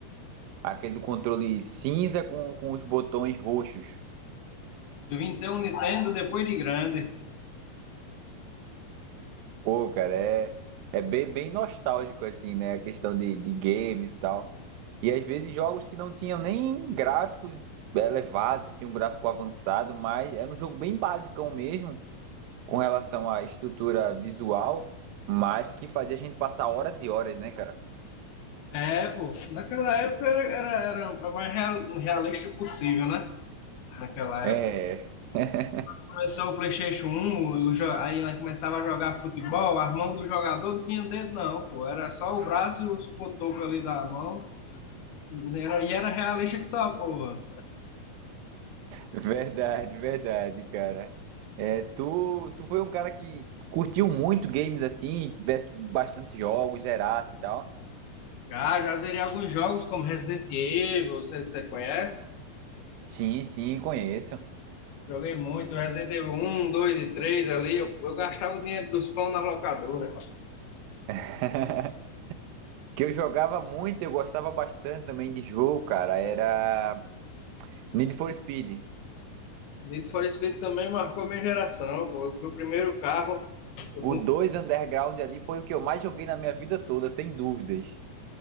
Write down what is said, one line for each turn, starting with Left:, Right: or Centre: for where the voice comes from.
Right: Aquele do controle cinza com, com os botões roxos.
Left: Eu vim ter um Nintendo depois de grande.
Right: Pô, cara, é, é bem, bem nostálgico, assim, né? A questão de, de games e tal. E às vezes jogos que não tinham nem gráficos elevados, assim, um gráfico avançado, mas era um jogo bem basicão mesmo com relação à estrutura visual, mas que fazia a gente passar horas e horas, né, cara?
Left: É, pô, naquela época era, era, era a mais real- realista possível, né? Naquela
Right: É,
Left: época.
Right: <laughs>
Left: começou o PlayStation um, o jo- aí ela começava a jogar futebol, a mão do jogador não tinha dedo, não, pô. Era só o braço e os cotocos ali da mão. Era, e era realista que só, porra.
Right: verdade, verdade, cara. É, tu, tu foi um cara que curtiu muito games assim, tivesse bastante jogos, zerasse e tal.
Left: Ah, já zerei alguns jogos como Resident Evil, você, você conhece?
Right: Sim, sim, conheço.
Left: Joguei muito, Resident Evil um, dois e três ali. Eu, eu gastava o dinheiro dos pão na locadora.
Right: <laughs> Que eu jogava muito, eu gostava bastante também de jogo, cara. Era Need for Speed.
Left: Need for Speed também marcou minha geração, pô. Meu primeiro carro, eu,
Right: O
Left: com-
Right: dois Underground ali foi o que eu mais joguei na minha vida toda, sem dúvidas.